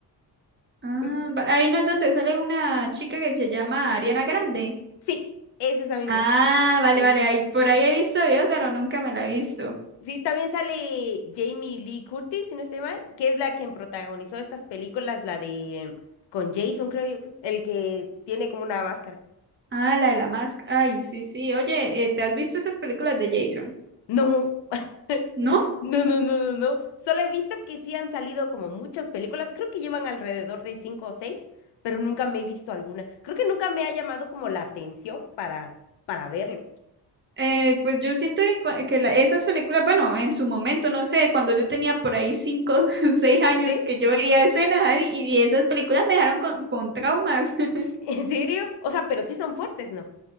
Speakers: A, on the right (about 30°); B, on the left (about 80°).
A: Ah,
B: Ujú.
A: va- ahí no es donde sale una chica que se llama Ariana Grande.
B: Sí, es esa misma.
A: Ah, vale,
B: Sí,
A: vale, ahí,
B: sí,
A: por
B: sí.
A: ahí he visto videos, pero nunca me la he visto.
B: Sí, también sale Jamie Lee Curtis, si no estoy mal, que es la quien protagonizó estas películas, la de con Jason, creo yo, que- el que tiene como una máscara.
A: Ah, la de la máscara. Ay, sí, sí. Oye, eh, ¿te has visto esas películas de Jason?
B: No, <laughs>
A: ¿No?
B: no, no, no, no, no. Solo he visto que sí han salido como muchas películas, creo que llevan alrededor de cinco o seis, pero nunca me he visto alguna. Creo que nunca me ha llamado como la atención para, para verlo.
A: Eh, pues yo siento que, cua- que la- esas películas, bueno, en su momento, no sé, cuando yo tenía por ahí cinco, <laughs> seis años
B: ¿Sí?
A: que yo veía escenas ahí y, y esas películas me dejaron con, con traumas. <laughs>
B: ¿En serio? O sea, pero sí son fuertes, ¿no?